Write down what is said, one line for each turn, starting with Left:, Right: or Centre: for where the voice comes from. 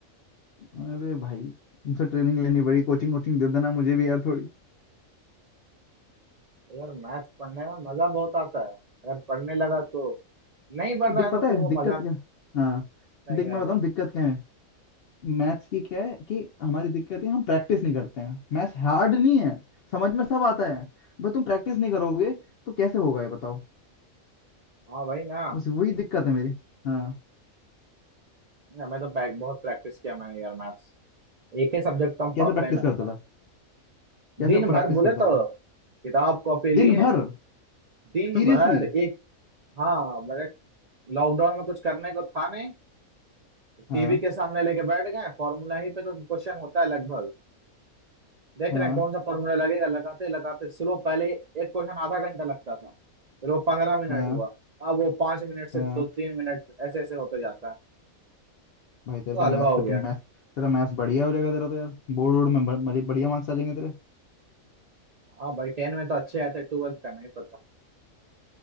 Left: अरे भाई तुमसे ट्रेनिंग लेनी पड़ी कोचिंग वोचिंग दे देना मुझे भी यार थोड़ी
Right: यार मैथ्स पढ़ने में मजा बहुत आता है अगर पढ़ने लगा तो नहीं बन
Left: दिक
Right: रहा है तो
Left: पता
Right: फिर
Left: है
Right: वो
Left: दिक्कत
Right: मजा
Left: क्या हाँ
Right: नहीं
Left: देख मैं
Right: आएगा
Left: बताऊँ दिक्कत क्या है मैथ्स की क्या है कि हमारी दिक्कत है हम प्रैक्टिस नहीं करते हैं मैथ्स हार्ड नहीं है समझ में सब आता है बस तुम प्रैक्टिस नहीं करोगे तो कैसे होगा ये बताओ
Right: हाँ भाई ना
Left: बस वही दिक्कत है मेरी हाँ
Right: ना, मैं तो बैक- बहुत प्रैक्टिस किया मैंने यार मैथ्स एक ही सब्जेक्ट हम पढ़ते
Left: कैसे प्रैक्टिस
Right: हैं लगता
Left: करता
Right: है
Left: था कैसे
Right: दिन
Left: प्रैक्टिस
Right: भर बोले
Left: करता
Right: तो
Left: था
Right: किताब कॉपी लिए
Left: दिन भर
Right: दिन
Left: सीरियसली
Right: भर एक हाँ मेरे लॉकडाउन में कुछ करने को था नहीं टीवी
Left: हाँ
Right: के सामने लेके बैठ गए फॉर्मूला ही पे तो क्वेश्चन होता है लगभग देख
Left: हाँ
Right: रहे हैं कौन सा फॉर्मूला लगेगा लगाते लगाते स्लो पहले एक क्वेश्चन आधा घंटा लगता था फिर वो पंद्रह मिनट
Left: हाँ
Right: हुआ अब वो पांच मिनट से
Left: हाँ
Right: दो तीन मिनट ऐसे ऐसे होते जाता है
Left: भाई तेरे
Right: तो
Left: तो
Right: हलवा
Left: मैथ्स
Right: हो
Left: पे
Right: गया
Left: तुम मैथ्स तेरा मैथ्स बढ़िया हो जाएगा तेरा तो यार बोर्ड वोर्ड में ब- बड़ी- बढ़िया मार्क्स आ जाएंगे तेरे
Right: हाँ भाई टेन में तो अच्छे आए थे ट्वेल्थ का नहीं पता